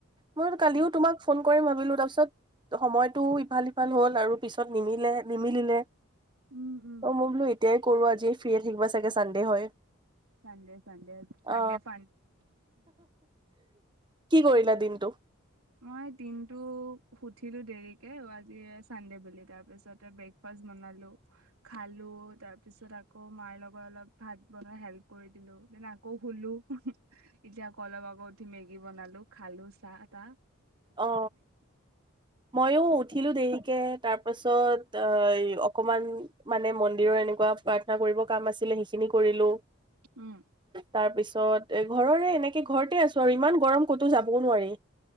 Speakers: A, on the right; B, on the right.
A: মই কালিও
B: অ,
A: তোমাক ফোন কৰিম ভাবিলো তাৰপিছত সময়তটো ইফাল সিফাল হ'ল আৰু পিছত নিমিলে নিমিলিলে
B: উম উম
A: অ মই বোলো এতিয়াই কৰো আজি ফ্ৰিয়ে থাকিবা তাকে চানডে হয়
B: চানডে চানডে চানডে
A: অ
B: ফান
A: কি কৰিলা দিনটো
B: মই দিনটো উঠিলো দেৰিকে আৰু আজি চানডে বুলি তাৰ পিছতে ব্ৰেকফাষ্ট বনালো খালো তাৰ পিছত আকৌ মাৰ লগত অলপ ভাত বনোৱা হেল্প কৰি দিলো দেন আকৌ শুলো এতিয়া আকৌ অলপ আকৌ উঠি মেগী বনালো খালো চাহ তা
A: অ মইয়ো উঠিলো দেৰিকে তাৰপাছত এ অকমান মানে মন্দিৰৰ এনেকুৱা প্ৰাৰ্থনা কৰিব কাম আছিলে সেইখিনি কৰিলো।
B: উম
A: তাৰ পিছত এ ঘৰৰে এনেকে ঘৰতে আছো আৰু ইমান গৰম ক'তো যাব নোৱাৰি